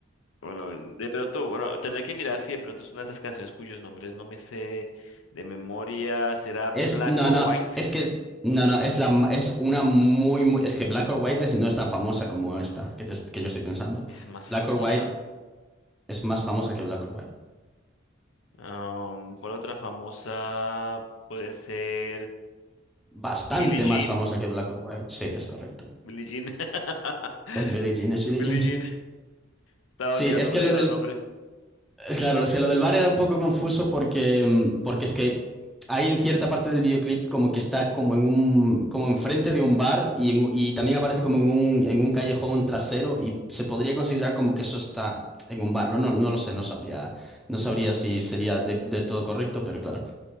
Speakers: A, on the left; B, in the centre.
A: Bueno, de pronto, bueno, tendré que mirar si de pronto es una de esas canciones cuyos nombres no me sé de memoria. ¿Será
B: Es,
A: Black
B: no,
A: or
B: no,
A: White?
B: es que es, no, no, es la, es una muy, muy, es que Black or White es- no es tan famosa como esta que, te- que yo estoy pensando.
A: Es más famosa.
B: Black or White es más famosa que Black or White.
A: Am, ¿cuál otra famosa puede ser?
B: Bastante
A: Billie Jean.
B: más famosa que Black or White. Sí, es correcto.
A: Billie Jean. <laughs>
B: Es Billie Jean, es
A: Billie
B: Billie Jean.
A: Jean. Estaba
B: Sí,
A: olvidándome
B: es que lo
A: de los
B: del
A: nombres.
B: Claro, o sea, lo del bar era un poco confuso porque, mm, porque es que hay en cierta parte del videoclip como que está como en un, como enfrente de un bar y, en- y también aparece como en un, en un callejón trasero y se podría considerar como que eso está en un bar, ¿no? No, no lo sé, no sabría, no sabría si sería de- del todo correcto, pero claro,